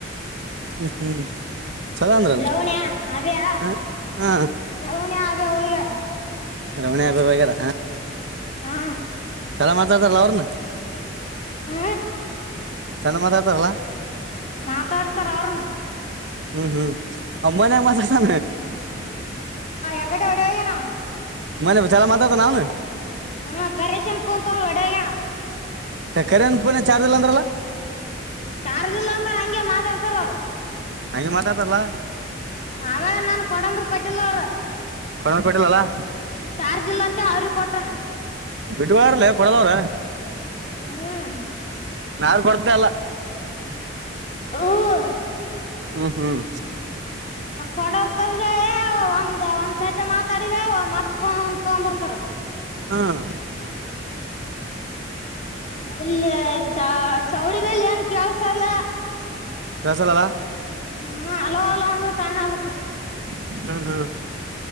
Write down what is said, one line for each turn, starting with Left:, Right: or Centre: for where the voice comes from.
Right: ಹ್ಮ ಹ್ಮ್ ಚಲೋ ಅಂದ್ರಲ್ಲ
Left: ರೌಣಿಯ ಆ್ಯಯಾ
Right: ಹ ಹಾ
Left: ರವಣಿಯ ಹೋಗ್ಯಾರ
Right: ರವಣಿ ಆಬೆ ಹೋಗ್ಯಾರ
Left: ಹಾ
Right: ಚಲ ಮಾತರ ಅವ್ರನ್ನು
Left: ಹ್ಮ.
Right: ಚಂದ ಮಾತಾಡ್ತಾರಲ್ಲ.
Left: ಮಾತಾಡ್ತರಾ ಅವರುನು.
Right: ಹ್ಮ್ ಹ್ಮ್ ಅಮ್ಮನೆ ಮಾತಾಡ್ತಾ
Left: ಎಕಡೆ ಹೊಡೇಹೋಗ್ಯಾನ್ ಅವ.
Right: <unintelligible>
Left: ಹ್ಮ ಕರೆೇಶಂಪೂಂತ ಒಡೆಹೊಗ್ಯಾನ್ ಅವ್ವ.
Right: ಕರೆನ್ ಪೋನ್ ಚಾರ್ಜ್ ಇಲ್ಲಂದ್ರಲ್ಲ.
Left: ಚಾರ್ಜ್ ಇಲ್ಲ ಅಂತಾರ ಹಂಗೆ ಮಾತಾಡ್ತಾರ ಅವ್ರರು.
Right: ಹಂಗೆ ಮಾತಾತರಲ್ಲ.
Left: ಆಗಳೆ ನಾನ್ ಕೊಡಂದ್ರ ಕೊಟ್ಟಿಲ್ಲ ಅವರು.
Right: ಕೊರಕೋಟ್ಟಿಲ್ಲ ಅಲ್ಲಾ
Left: ಚಾರ್ಜ್ ಇಲ್ಲ ಅಂತ ಅವ್ರಿಗೆ ಕೊಟ್ಟನಾ.
Right: ಬಿಟ್ಟಿವಿಳಾ ಅವ್ರೂ ಕೊಡಲ್ಲ ಅವ್ರು.
Left: ಹ್ಮ.
Right: ಯಾರ್ ಕೊಡ್ತಾ ಇಲ್ಲ್.
Left: ಹ್ಮ
Right: ಹ್ಮ್ ಹ್ಮ್.
Left: ಕೊಡಂತದ ಒಂದ ಒಂದ- ಸತೆ ಮಾತಾಡಿದವು ಮತ್ತ ಫೋನ್ ತೊಂಬಡ್ತಾರ.
Right: ಹ್ಮ.
Left: ಇಲ್ಲ ಚ ಚೌಡಿ ಬಲ್ಲಿ ಏನ್ ಕೆಲ್ಸ ಅಲ್ಲ.
Right: <unintelligible>
Left: ಹ್ಮ್ ಹಲೋ ಹಲೋ ಅಂದ ಸಣ್ಣಾಆಗ್ಬೇಕು.
Right: ಹ್ಮ್ ಹ್ಮ್.